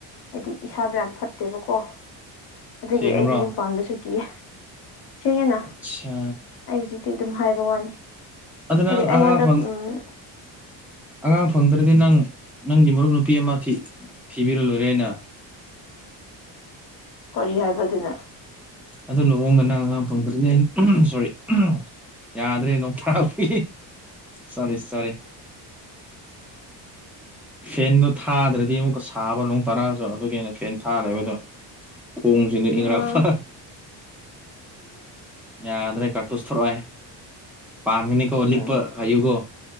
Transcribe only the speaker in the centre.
ꯁꯦꯡꯕ꯭ꯔꯣ
ꯑꯠꯆꯥ
ꯑꯗꯨꯅ
ꯑ ꯐ
ꯑꯉꯥꯡ ꯐꯪꯗ꯭ꯔꯗꯤ ꯅꯪ ꯅꯪꯒꯤ ꯃꯔꯨꯞ ꯅꯨꯄꯤ ꯑꯃ ꯊꯤꯕꯤꯔ ꯂꯣꯏꯔꯦ ꯑꯅ
ꯑꯣ ꯂꯨꯍꯣꯡꯗꯅ ꯑꯉꯥꯡ ꯐꯗꯗꯤ ꯑ ꯁꯣꯔꯤ ꯌꯥꯗ꯭ꯔꯦ ꯅꯣꯡ ꯇꯔꯥ ꯐ ꯁꯣꯔꯤ ꯁꯣꯔꯤ ꯐꯦꯟꯗꯣ ꯊꯥꯗ꯭ꯔꯗꯤ ꯑꯃꯨꯛꯀ ꯁꯥꯕ ꯅꯣꯡ ꯇꯥꯔꯛꯑꯁꯨ ꯑꯗꯨꯒꯤ ꯑꯣꯏꯅ ꯐꯦꯟ ꯊꯥꯜꯔꯦꯕꯗꯣ ꯈꯣꯡꯁꯤꯅ ꯏꯪꯔꯥꯛꯄ
ꯌꯥꯗ꯭ꯔꯦ ꯀꯥꯔꯇꯨꯁ ꯊꯣꯔꯛꯑꯣꯦ ꯄꯥꯟꯒꯅꯤꯀꯣ ꯂꯤꯛꯄ
ꯍꯥꯏꯌꯨꯒꯣ